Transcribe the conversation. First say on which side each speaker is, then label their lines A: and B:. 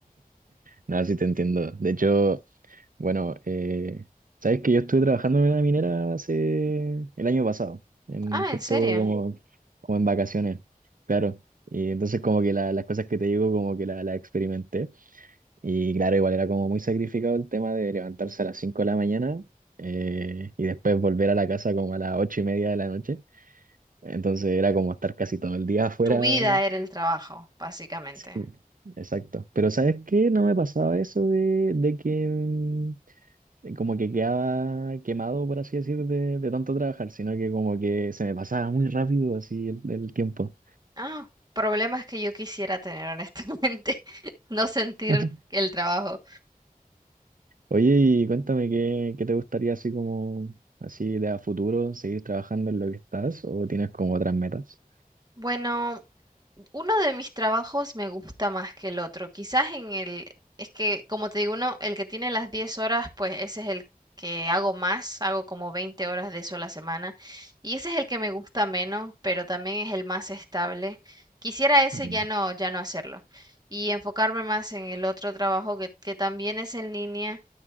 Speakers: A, on the right; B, on the right.
A: No, sí te entiendo. De hecho, bueno, eh, sabes que yo estuve trabajando en una minera hace el año pasado, en,
B: Ah,
A: justo
B: ¿en serio?
A: como, como en vacaciones, claro. Y entonces como que la- las cosas que te digo como que la- las experimenté. Y claro, igual era como muy sacrificado el tema de levantarse a las 5 de la mañana eh, y después volver a la casa como a las 8 y media de la noche. Entonces era como estar casi todo el día afuera.
B: Tu vida era el trabajo, básicamente.
A: Sí, Exacto. Pero ¿sabes qué? No me pasaba eso de, de que... mm, como que quedaba quemado, por así decir, de, de tanto trabajar, sino que como que se me pasaba muy rápido así el, el tiempo.
B: Ah, problemas que yo quisiera tener, honestamente. <laughs> No sentir
A: <laughs>
B: el trabajo.
A: Oye, y cuéntame qué, qué te gustaría así como, así de a futuro, seguir trabajando en lo que estás o tienes como otras metas.
B: Bueno, uno de mis trabajos me gusta más que el otro. Quizás en el, es que como te digo, uno, el que tiene las 10 horas, pues ese es el que hago más, hago como 20 horas de eso a la semana. Y ese es el que me gusta menos, pero también es el más estable. Quisiera ese
A: Mm,
B: ya no, ya no hacerlo. Y enfocarme más en el otro trabajo que, que también es en línea